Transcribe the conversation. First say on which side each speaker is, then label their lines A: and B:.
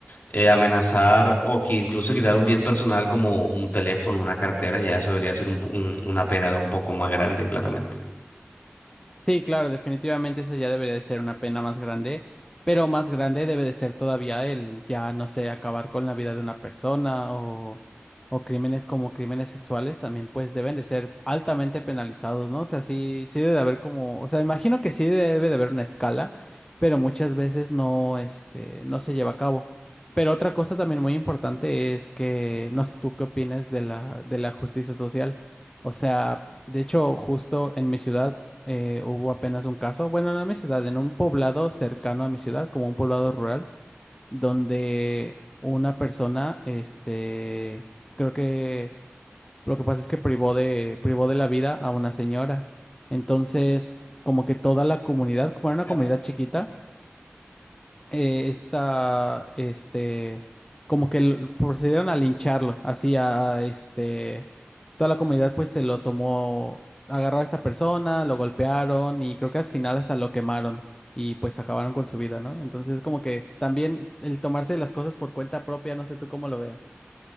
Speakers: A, on the left; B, on the left.
A: eh, amenazar o que incluso quitar un bien personal como un teléfono, una cartera, ya eso debería ser un- un- una pena un poco más grande, claramente.
B: Sí, claro, definitivamente eso ya debería de ser una pena más grande, pero más grande debe de ser todavía el ya, no sé, acabar con la vida de una persona o, o crímenes como crímenes sexuales también, pues deben de ser altamente penalizados, ¿no? O sea, sí, sí debe de haber como, o sea, imagino que sí debe de haber una escala, pero muchas veces no, este, no se lleva a cabo. Pero otra cosa también muy importante es que, no sé tú qué opinas de la, de la justicia social. O sea, de hecho, justo en mi ciudad, eh, hubo apenas un caso, bueno, no en mi ciudad, en un poblado cercano a mi ciudad, como un poblado rural, donde una persona, este, creo que lo que pasa es que privó de, privó de la vida a una señora. Entonces, como que toda la comunidad, como era una
A: Ya.
B: comunidad chiquita, eh, esta, este, como que l- procedieron a lincharlo, así a, a, este, toda la comunidad pues se lo tomó, agarró a esta persona, lo golpearon y creo que al final hasta lo quemaron y pues acabaron con su vida, ¿no? Entonces como que también el tomarse las cosas por cuenta propia, no sé tú cómo lo veas.